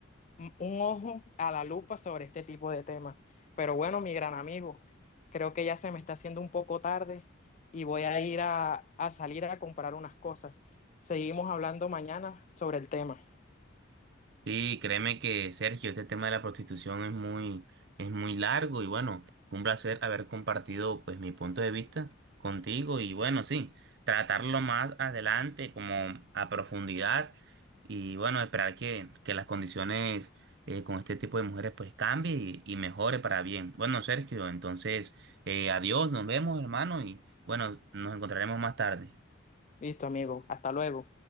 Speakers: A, on the left (about 35°); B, on the right (about 55°).
A: un un ojo a la lupa sobre este tipo de temas. Pero bueno, mi gran amigo, creo que ya se me está haciendo un poco tarde y voy a ir a, a salir a comprar unas cosas. Seguimos hablando mañana sobre el tema.
B: Sí, créeme que Sergio, este tema de la prostitución es muy, es muy largo y bueno, fue un placer haber compartido pues mi punto de vista contigo y bueno, sí, tratarlo más adelante como a profundidad y bueno, esperar que, que las condiciones eh, con este tipo de mujeres pues cambie y, y mejore para bien. Bueno, Sergio, entonces, eh, adiós, nos vemos hermano y bueno, nos encontraremos más tarde.
A: Listo, amigo. Hasta luego.